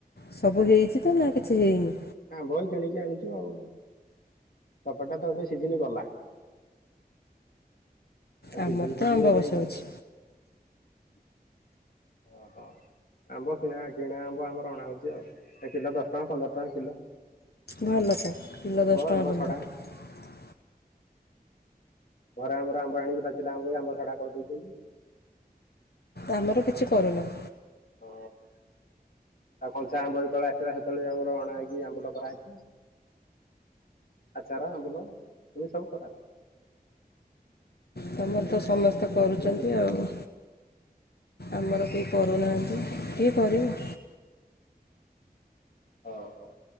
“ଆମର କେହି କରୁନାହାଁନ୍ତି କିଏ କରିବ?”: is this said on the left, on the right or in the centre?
Left